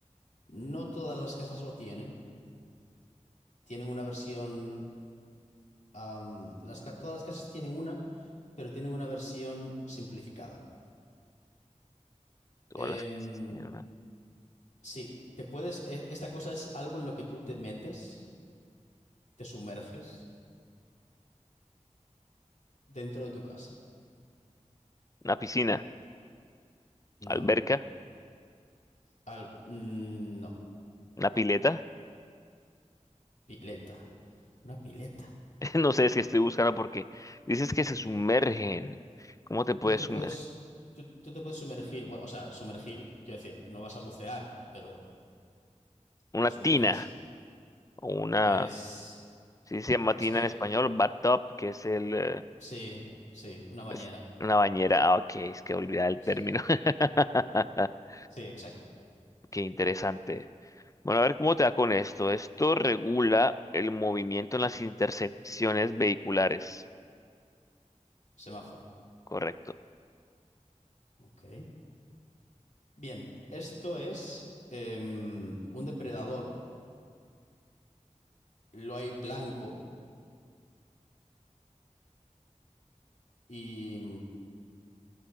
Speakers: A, on the left; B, on the left.
A: no todas las casas lo tienen. Tienen una versión. am, las, ca- todas las casas tienen una, pero tienen una versión simplificada.
B: todas
A: Em,
B: las casas tienen una,
A: Sí, te puedes. e- Esta cosa es algo en lo que tú te metes, te sumerges dentro de tu casa.
B: una piscina,
A: No.
B: alberca,
A: Al, mm, no.
B: una pileta.
A: Pileta. Una pileta.
B: <laughs> No sé es que estoy buscando porque dices que se sumergen. ¿Cómo te puedes
A: Tú te
B: sumergir?
A: puedes. Tú, tú te puedes sumergir. Bueno, o sea, sumergir, quiero decir, no vas a bucear, pero
B: Una
A: te sumerges.
B: tina o una...
A: Es.
B: Si se llama tina
A: Es que.
B: en español, bathtub, que es el... eh,
A: Sí, sí, una bañera.
B: Es una bañera. Ah, ok, es que olvidaba el
A: Sí.
B: término. <laughs>
A: Sí, exacto.
B: Qué interesante. Bueno, a ver cómo te va con esto. Esto regula el movimiento en las intersecciones vehiculares.
A: Semáforo.
B: Correcto.
A: Ok. Bien, esto es em, un depredador. Lo hay blanco Y,